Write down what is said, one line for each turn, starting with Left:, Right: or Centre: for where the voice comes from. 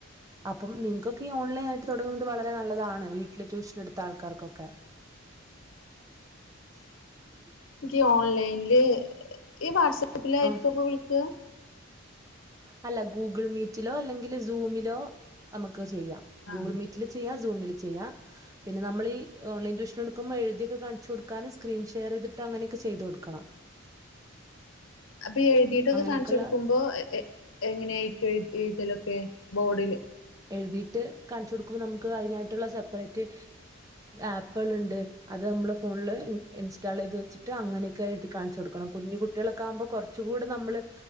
Right: അപ്പം നിങ്ങക്കൊക്കെയോ ഓൺലൈൻ ആയിട്ട് തുടങ്ങുന്നത് വളരെ നല്ലതാണ് വീട്ടില് ട്യൂഷൻ എടുത്ത ആൾക്കാർക്കൊക്കെ <inaudible>
Left: എനിക്ക് ഓൺലൈനിൽ ഈ വാട്സആപ്പിലായിരിക്കോ
Right: ആഹ്
Left: ഇ പ്പൊ വിളിക്ക
Right: അല്ല ഗൂഗിൾ മീറ്റിലോ അല്ലെങ്കിൽ സൂ മിലോ നമക്കത് ചെയ്യാം
Left: ആഹ്
Right: ഗൂഗിൾ മീറ്റില് ചെയ്യ സൂമില് ചെയ്യാ പിന്നെ നമ്മളീ ഓൺലൈൻ ട്യൂഷന് എട്ക്കുമ്പോ എഴുതിയക്കെ കാണ്ചൊട്ക്കാന് സ്ക്രീൻഷെയർ ചെയ്തിട്ടങ്ങനെക്കെ ചെയ്തൊട്കാ
Left: അപ്പൊ എഴുതീതൊക്കെ
Right: അങ്ങനെയൊക്കെയുള്ള
Left: കാണ്ചൊട് ക്കുമ്പോ എഎ എങ്ങനായിരിക്കും എയ്‌ എയ്‌തലൊക്കെ ബോർഡില്
Right: എഴുതീട്ട് കാണ്ചൊട്ക്കുമ്പോ നമുക്ക് അതിനായിട്ടുള്ള സപ്പ്റേറ്റ് ആപ്പ്കള്ണ്ട് അത് നമ്മള് ഫോണ്ല് ഇൻ ഇൻസ്റ്റാളെയ്ത് വെച്ട്ട് അങ്ങനെ ക്കെ കാണ്ചൊട്ക്കണം കുഞ്ഞു കുട്ട്യാളൊക്കെ ആകുമ്പോ കൊറ്ച് കൂടെ നമ്മള്